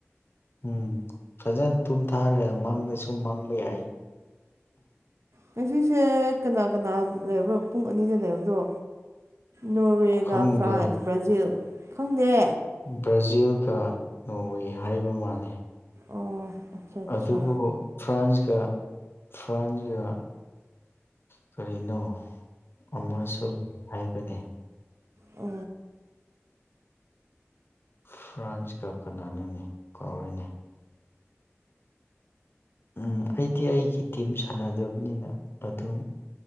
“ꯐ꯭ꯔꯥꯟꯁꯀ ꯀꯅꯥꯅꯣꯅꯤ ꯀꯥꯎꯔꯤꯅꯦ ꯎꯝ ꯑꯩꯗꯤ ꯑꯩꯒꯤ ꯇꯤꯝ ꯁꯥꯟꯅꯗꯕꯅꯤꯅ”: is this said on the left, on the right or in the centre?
Left